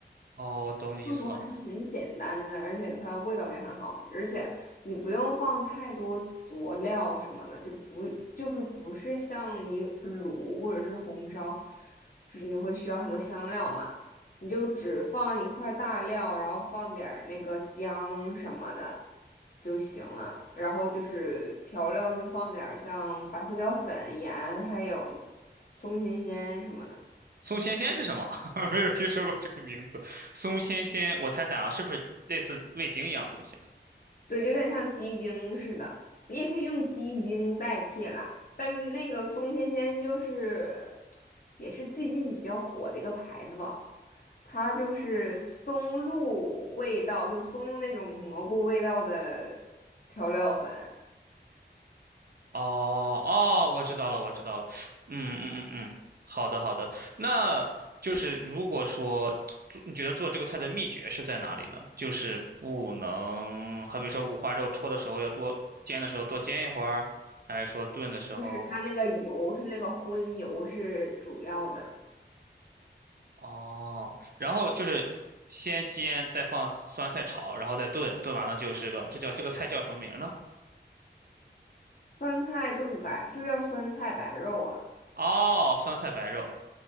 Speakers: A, on the right; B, on the left.
A: 哦，我懂你意思了。
B: 说实话还是很简单的，而且它味道也很好，而且你不用放太多佐料什么的，就不就是不是像你卤或者是红烧，就是你会需要很多香料嘛，你就只放一块大料，然后放点儿那个姜什么的就行了，然后就是调料就放点儿像白胡椒粉、盐，还有松鲜鲜什么的。
A: 松鲜鲜是什么？<laughs> 没有听说过这个名字。松鲜鲜，我猜猜啊，是不是类似味精一样的东西啊
B: 对，有点像鸡精似的，你也可以用鸡精代替啦。但是那个松鲜鲜就是也是最近比较火的一个牌子吧，它就是松露味道，就松露那种蘑菇味道的调料粉，
A: 哦哦，我知道了，我知道了。嗯嗯嗯嗯，好的好的。那就是如果说做，你觉得做这个菜的秘诀是在哪里呢？就是不能，好比说五花肉焯的时候要多煎的时候多煎一会儿，还是说炖的时候
B: 就是它那个油，它那个荤油是主要的。
A: 哦，然后就是先煎，再放酸菜炒，然后再炖，炖完了就是个，这叫这个菜叫什么名儿呢？
B: 酸菜炖白就是要酸菜白肉啊。
A: 哦，酸菜白肉。